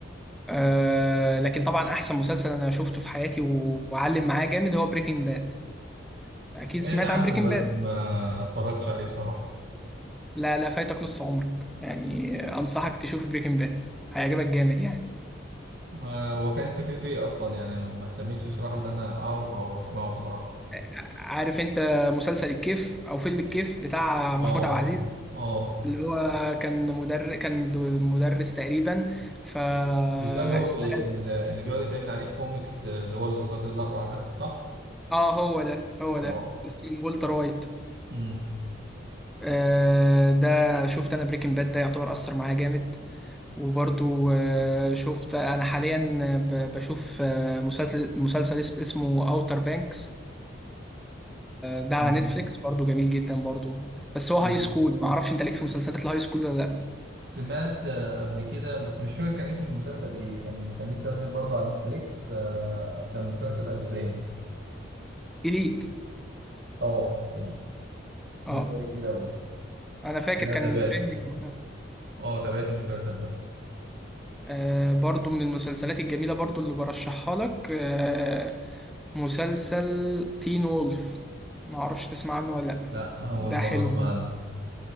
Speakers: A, in the centre; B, on the right (about 55°).
A: آه لكن طبعا احسن مسلسل انا شفته في حياتي و- وعلم معايا جامد هو بريكنج باد اكيد
B: سمعت
A: سمعت
B: عنه
A: عن بريكنج
B: بس
A: باد
B: ما اتفرجتش عليه بصراحة
A: لا لا فايتك نص عمرك يعني انصحك تشوف بريكنج باد هيعجبك جامد يعني
B: ما هو كانت فكرته ايه اصلا يعني ما ما اهتمتش بصراحة ان انا اعرف او اسمعه بصراحة
A: ع- عارف انت مسلسل الكيف او فيلم الكيف بتاع محمود
B: اه
A: عبد العزيز
B: اه
A: اللي هو كان مدرس كان دو- مدرس تقريبا فاستغل
B: مش ده اللي هو بي... اللي بيقعد يتعمل عليه كوميكس آه، اللي هو الراجل الأقرع ده صح؟
A: اه هو ده هو
B: اه
A: ده اسمه والتر وايت
B: امم
A: آه، ده شفت انا بريكنج باد ده يعتبر اثر معايا جامد وبرضو آه، شفت انا حاليا آه، ب- بشوف آه، مسلسل مسلسل اس- اسمه اوتر بانكس ده على
B: امم
A: نتفليكس برضو جميل جدا برضو بس هو هاي
B: أمم.
A: سكول ما اعرفش انت ليك في مسلسلات الهاي سكول ولا لا
B: سمعت آه، قبل كده بس مش فاكر كان اسم المسلسل ايه كان كان لسه نازل برضه على نتفليكس آه، كان مسلسل اسباني
A: اليت
B: اه إلي سمعت
A: اه
B: عليه كتير قوي
A: انا فاكر
B: ده
A: كان
B: تابعته
A: تريندينج وقتها
B: اه تابعت المسلسل ده
A: آه، برضو من المسلسلات الجميلة برضو اللي برشحها لك آه، مسلسل تين وولف ما اعرفش تسمع عنه ولا لا
B: لا اول
A: ده
B: مرة
A: حلو
B: اسمع عنه